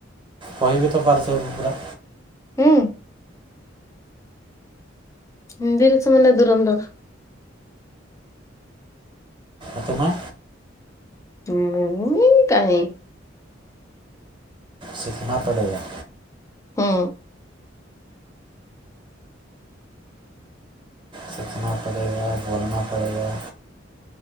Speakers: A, on the right; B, on the left.
A: କହି ବିି ତ ପାରୁଥିବ ପୁରା।
B: ହୁଁ, ହିନ୍ଦୀରେ ସେମାନେ ଦୁରନ୍ଧର୍।
A: ଆତୋ ମା?
B: ମୁଁ-ଉ କାହିଁ?
A: ସିଖନା ପଡେଗା।
B: ହୁଁ।
A: ସିଖନା ପଡ଼େଗା ବୋଲନା ପଡ଼େଗା।